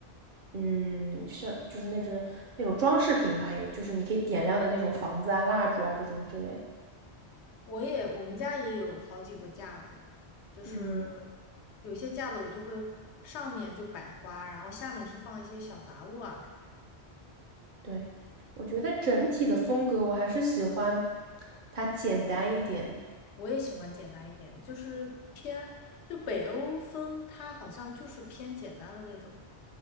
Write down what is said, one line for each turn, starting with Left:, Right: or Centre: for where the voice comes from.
Right: 嗯，像就是那种那种装饰品吧，有就是你可以点亮的那种房子啊、蜡烛啊这种之类。
Left: 我也我们家也有好几个架子，就是
Right: 嗯，
Left: 有些架子我就会上面就摆花，然后下面是放一些小杂物啊。
Right: 对，我觉得整体的风格我还是喜欢它简单一点。
Left: 我也喜欢简单一点，就是偏，就北欧风，它好像就是偏简单的那种。